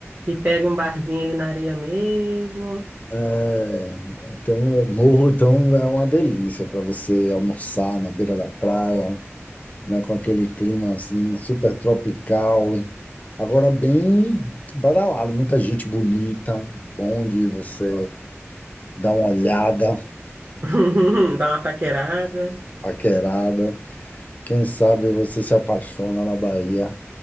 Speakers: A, on the right (about 45°); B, on the left (about 35°).
A: E pega um barzinho ali na areia mesmo.
B: É, Então, Morro, então, é uma delícia para você almoçar na beira da praia, né? Com aquele clima, assim, super tropical. Agora, bem badalado, muita gente bonita, bom de você dá uma olhada,
A: <laughs> Dá uma paquerada.
B: paquerada. Quem sabe você se apaixona na Bahia.